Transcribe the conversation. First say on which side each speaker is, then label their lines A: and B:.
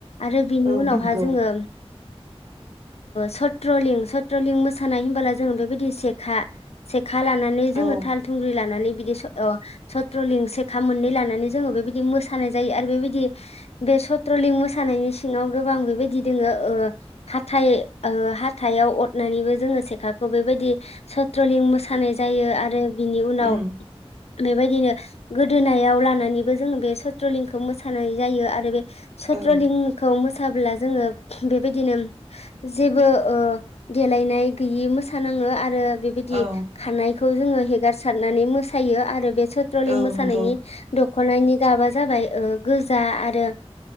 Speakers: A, on the left (about 75°); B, on the right (about 80°).
A: आरो बिनि
B: औ
A: उनावहा
B: नंगौ
A: जोङो सत्रलिं चत्रलिं मोसानाय होनबाय जोंङ बेबायदि सेखा से खा लानानै जोङो
B: औ
A: थाल थुंग्रि लानानै बिदि स पेट्रलिं सेखा मोननै लानानै जोङो बेबायदि मोसानाय जायो आरो बेबायदि बे ट्रलिं मोसानायनि सिङाव गोबां बेबायदि बिदि दङो हााइ हााइाव अरनानैबो जोङो सेखाखौ बेबायदि सट्रलिं मोसानाय जायो आरो बिनि उनाव
B: उम
A: बेबायदिनो गोदोनायाव लानानैबो जोङो बे चट्रलिंखौ मोसानाय जायो आरो बे सत्रलिंखौ
B: औ
A: मोस मोसाब्ला जोङो बेबायदिनो जेबो ओ देलायनाय गैयि मोसाानाङो आरो आरो बेबायदि
B: औ
A: खानायखौ जोङो हेगार सारनानै मोसायो आरो बे ट्रलिं
B: औ
A: मोसानायनि
B: नंगौ
A: द खनायनि गाबा जाबाय ओ गोजा आरो